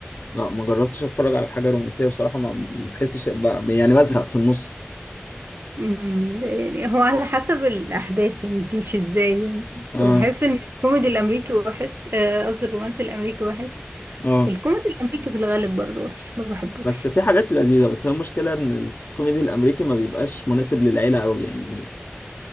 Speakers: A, on the left; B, on the right.
A: لا ما جربتش اتفرج على حاجه رومانسيه بصراحه ما بحسش ب- يعني بزهق في النص
B: أمم، يعني هو على حسب الأحداث يعني تمشي ازاي يعني
A: اه
B: وبحس إن الكوميدي الأمريكي وحش آه، قصدي الرومانسي الأمريكي وحش
A: اه
B: الكوميدي الأمريكي في الغالب برضه وحش ما بحبوش
A: بس في حاجات لذيذة بس هي المشكلة إن الكوميدي الأمريكي ما بيبقاش مناسب للعيلة أوي يعني